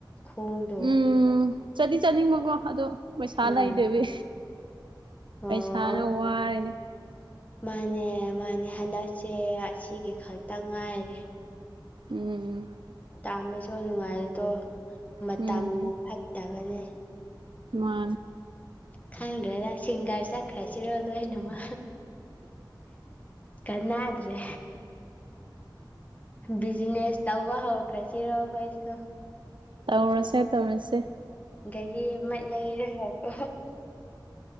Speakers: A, on the left (about 20°); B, on the right (about 80°).
A: ꯈꯣꯡꯗꯣ
B: ꯎꯝ ꯆꯠꯗꯤ ꯆꯅꯤꯡꯕꯀꯣ ꯑꯗꯣ ꯄꯩꯁꯥ
A: ꯎꯝ
B: ꯂꯩꯗꯕꯤ ꯄꯩꯁꯥꯅ
A: ꯑꯣ
B: ꯋꯥꯔꯅꯤ
A: ꯃꯥꯅꯦ ꯃꯥꯅꯦ ꯍꯟꯗꯛꯁꯦ ꯑꯁꯤꯒꯤ ꯈꯛꯇ ꯉꯥꯏꯔꯦ
B: ꯎꯝ
A: ꯇꯥꯟꯕꯁꯨ ꯅꯨꯡꯉꯥꯏꯗꯣ ꯃꯇꯝꯅ
B: ꯎꯝ
A: ꯐꯠꯇꯕꯅꯦ
B: ꯃꯥ
A: ꯈꯪꯗ꯭ꯔꯦꯗ ꯁꯤꯡꯒꯥꯔ ꯆꯠꯈ꯭ꯔꯁꯤꯔꯣ ꯂꯣꯏꯅꯃ ꯀꯅꯥꯗ꯭ꯔꯦ ꯕꯤꯖꯤꯅꯦꯁ ꯇꯧꯕ ꯍꯧꯈ꯭ꯔꯦꯁꯤꯔꯣꯈꯣꯏꯁꯨ
B: ꯇꯧꯔꯁꯦ ꯇꯧꯔꯁꯦ
A: ꯒꯥꯔꯤ ꯑꯃ ꯂꯩꯔꯦꯀꯣ